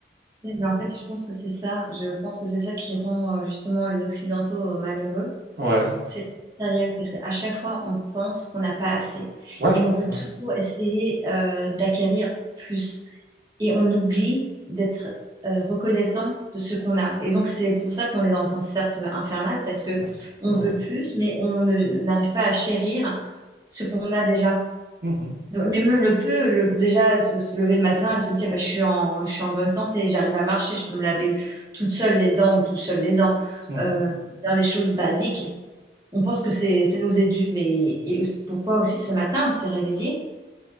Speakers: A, on the right; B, on the right.
A: Mais en fait, je pense que c'est ça. Je pense que c'est ça qui rend euh, justement les Occidentaux euh, malheureux.
B: ouais,
A: C'est matériel parce qu'à chaque fois, on pense qu'on n'a pas assez
B: ouais,
A: et on veut
B: ouais,
A: toujours essayer euh, d'acquérir plus et on oublie d'être euh, reconnaissant de ce qu'on a. Et donc, c'est pour ça qu'on est dans un cercle infernal parce que
B: ouais,
A: on
B: ouais.
A: veut
B: ouais.
A: plus, mais on ne- n'arrive pas à chérir ce qu'on a déjà.
B: Mhm,
A: Donc, mais même le peu, le- déjà se, se lever le matin et se dire bah, je suis en, je suis en bonne santé, j'arrive à marcher, je peux me laver toute seule les dents ou tout seul les dents,
B: mhm,
A: euh, faire les choses basiques on pense que c'est, ça nous est dû, mais et aussi- pourquoi aussi ce matin on s'est réveillé?